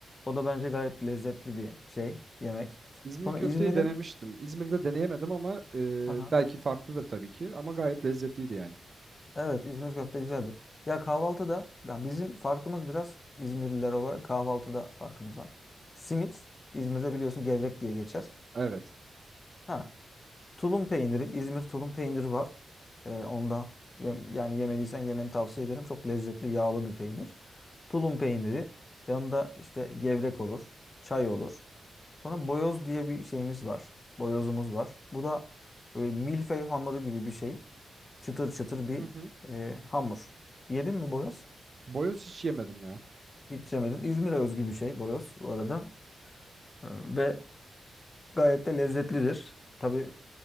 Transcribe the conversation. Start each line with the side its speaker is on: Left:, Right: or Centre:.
Left: O da bence gayet lezzetli bir şey, yemek.
Right: İzmir
Left: Sonra
Right: köfteyi
Left: İzmir'in
Right: denemiştim. İzmir'de deneyemedim ama e,
Left: Aha.
Right: belki farklıdır tabii ki. Ama gayet lezzetliydi yani.
Left: Evet İzmir köfte güzeldir. Ya kahvaltıda ya bizim farkımız biraz İzmirliler olarak kahvaltıda farkımız var. Simit İzmir'de biliyorsun gevrek diye geçer.
Right: Evet.
Left: Ha, tulum peyniri İzmir tulum peyniri var. Ee, onda yem- yani yemeliysen yemeni tavsiye ederim. Çok lezzetli yağlı bir peynir. Tulum peyniri yanında işte gevrek olur, çay olur. Sonra boyoz diye bir şeyimiz var. Boyozumuz var. Bu da e, milföy hamuru gibi bir şey. Çıtır çıtır bir
Right: Hı hı.
Left: e, hamur. Yedin mi boyoz?
Right: Boyoz hiç yemedim ya.
Left: Hiç yemedin. İzmir'e özgü bir şey boyoz bu arada. E, Ve gayet de lezzetlidir. Tabii